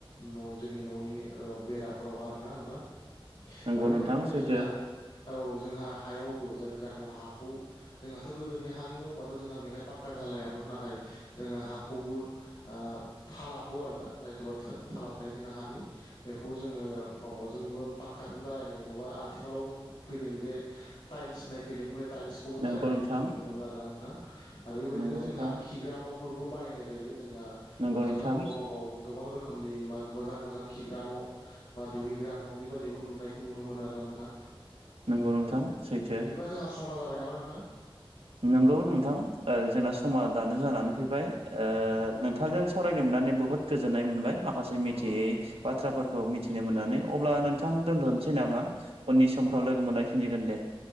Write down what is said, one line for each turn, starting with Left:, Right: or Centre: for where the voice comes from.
Left: न जोंनि ननि ओ बेराफोरावहा आरो ना नोंथां
Right: नंगौ
Left: आरो बेबायदिनो
Right: नोंथां सैथो
Left: जोंहा औ जोंहा हायावबो जायनि जायखौ हाखौ जोंहाथ गोदोनि हानि न होनबाथ जोंहा बेवहाय पाक्का धालायामोन नाथाय जोंङो हाखौबो आं थालाखौ आरो ना जायथबा थाला थायो जोंहा हानि बेखौ जोंङो माबाजोंबो पाखक्काउजों दालायनाय नंङाबा आथिखालाव फैदों जे टाइल्स होनायफैदों बे टाल्सखौबो
Right: नंगौ
Left: धालायनायखौ
Right: नोंथां
Left: जों नुनो मोनो आरोना नोंथां आरो बेबायदिनो
Right: नंगौ
Left: जोंहा
Right: नोंथां
Left: खिग्रा नफोरबो बानायनाय जायो जोंहा
Right: नंगौ
Left: आथिखालाव
Right: नोंथां
Left: गावबा गाव व गोबां रोखोमनि मा मोजां मोजां खिग्रा न' बा दुगैग्रा न' बेबायदियावबो नुनायखौ नुनो मोनो आरोना नोंथां
Right: नंगौ नोंथां
Left: औ
Right: सैथो
Left: बिदिबा जोंहा समा जाबाय नामा नोंथां
Right: नंगौ नोंथां ओ जोंना समा
Left: औ
Right: दानो जानानै फैबाय ओ नोंथांजों सावरायनो मोननानै बुहुद गोजोननाय मोनबाय मा माखासे
Left: नंगौ
Right: मिथियै
Left: नंगौ
Right: बाथ्राफोरखौ मिथिनो मोननानै अब्ला नोंथां दोनथ नोसै नामा? उननि समफ्राव लोगो मोनलायफिनजगोन दे